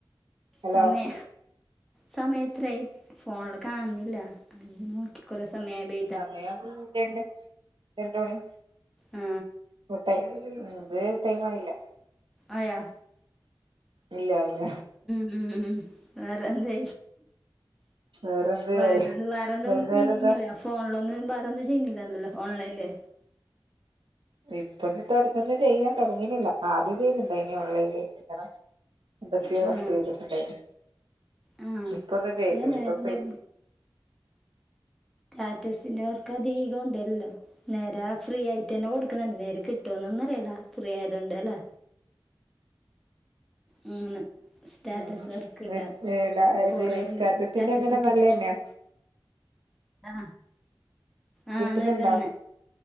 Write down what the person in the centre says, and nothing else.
സമയ സമയം എത്രായി ഫോണില് കാണുന്നില്ല നോക്കി കുറെ സമയം ആയി ബേ
ആ
ആയാ
ഉം ഉം വേറെ എന്തെ
വേറെന്ത്
വേറൊന്നും
ചിയുന്നില്ലല്ലോ
ഫോണിലൊന്ന് വേറെന്തും ചെയ്യുന്നില്ലന്നല്ലോ ഓൺലൈനില്
ആ
ആ
ഇതന്നെ
എന്തെങ്കിലും
റ്റാറ്റസിൻ്റെ വർക്കധീകം ഉണ്ടല്ലോ നേരാ ഫ്രീ ആയിട്ടന്നെ കൊടുക്കുന്ണ്ട് നേരെ കിട്ടോന്നൊന്നും അറിയില്ല ഫ്രീ ആയതൊണ്ട് അല്ലേ ഉം ന്ന് സ്റ്റാറ്റസ്
വർക്ക്ണ്ടാ
കൊറെണ്ടല്ലോ
സ്റ്റാറ്റസ്
ഇട്ടിട്ട്
ആഹ് ആഹ്
നല്ലതന്നെ